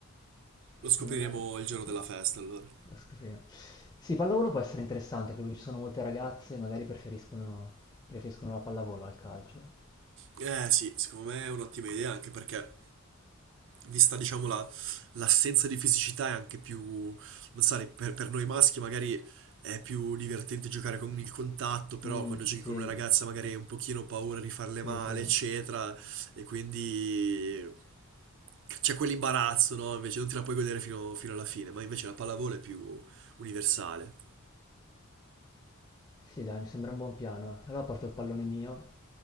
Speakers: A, on the left; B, on the right.
A: Secondo
B: Lo scopriremo
A: me,
B: il giorno
A: sì.
B: della festa, allora.
A: Lo scopriamo. Sì, pallavolo può essere interessante, anche perché ci sono molte ragazze, magari preferiscono, preferiscono la pallavolo al calcio.
B: Eh sì, secondo me è un'ottima idea anche perché vista diciamo la- l'assenza di fisicità è anche più, non so, per, per noi maschi magari è più divertente giocare con il contatto, però
A: Mm,
B: quando giochi
A: sì,
B: con una ragazza magari hai un pochino paura di farle
A: sì,
B: male,
A: sì.
B: eccetera, e quindi c'è quell'imbarazzo, no? Invece non te la puoi godere fino, fino alla fine, ma invece la pallavolo è più universale.
A: Sì, dai, mi sembra un buon piano. Allora porto il pallone mio,